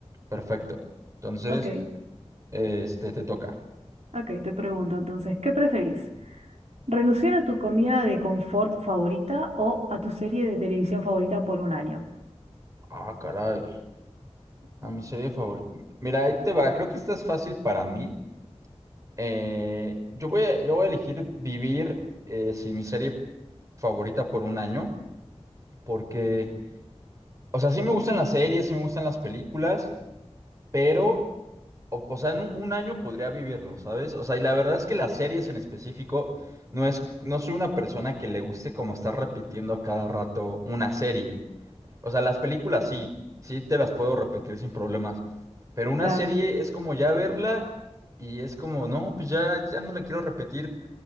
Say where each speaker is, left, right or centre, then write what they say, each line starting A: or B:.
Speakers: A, on the right; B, on the right.
A: Perfecto. Entonces,
B: Ok,
A: este, te toca.
B: ok, te pregunto entonces, ¿qué preferís? Renunciar a tu comida de confort favorita o a tu serie de televisión favorita por un año.
A: Ah, caray. A mi serie favorita. Mira, ahí te va. Creo que esta es fácil para mí. Eh, yo voy a, yo voy a elegir vivir eh, sin mi serie favorita por un año, porque, o sea, sí me gustan las series, sí me gustan las películas. pero, o, o sea, en un, un año podría vivirlo, ¿sabes? O sea, y la verdad es que las series en específico, no es, no soy una persona que le guste como estar repitiendo a cada rato una serie. O sea, las películas sí, sí te las puedo repetir sin problemas. Pero una
B: Claro,
A: serie es como ya verla y es como, no, pues ya, ya no la quiero repetir.